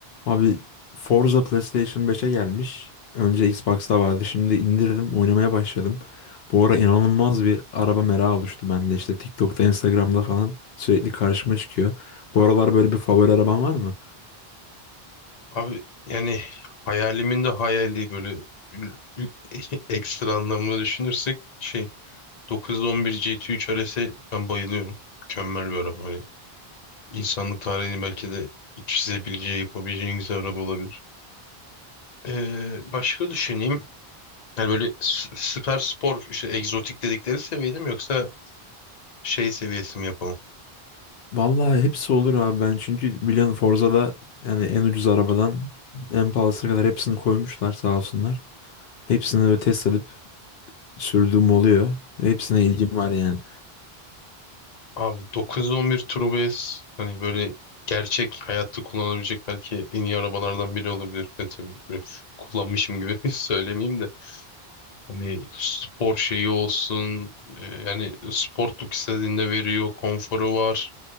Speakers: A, on the left; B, on the left.
A: Abi Forza PlayStation 5'e gelmiş. Önce Xbox'ta vardı. Şimdi indirdim, oynamaya başladım. Bu ara inanılmaz bir araba merakı oluştu bende. İşte TikTok'ta, Instagram'da falan sürekli karşıma çıkıyor. Bu aralar böyle bir favori araban var mı?
B: Abi yani hayalimin de hayali böyle ül- ül- <laughs> ekstra anlamda düşünürsek şey 911 GT3 RS'e ben bayılıyorum. Mükemmel bir araba. Hani insanlık tarihini belki de çizebileceği, yapabileceği en güzel araba olabilir. Ee, başka düşüneyim. Yani böyle sü- süper spor işte egzotik dedikleri seviye değil mi yoksa şey seviyesi mi yapalım?
A: Vallahi hepsi olur abi ben. Çünkü biliyorsun Forza'da yani en ucuz arabadan en pahalısına kadar hepsini koymuşlar sağ olsunlar. Hepsini böyle test edip sürdüğüm oluyor. Ve Hepsine ilgim var yani.
B: Abi 911 Turbo S hani böyle gerçek hayatta kullanabilecek belki en iyi arabalardan biri olabilir. E tabii böyle kullanmışım gibi <laughs> söylemeyeyim de. Hani spor şeyi olsun e, yani sportluk istediğinde veriyor, konforu var.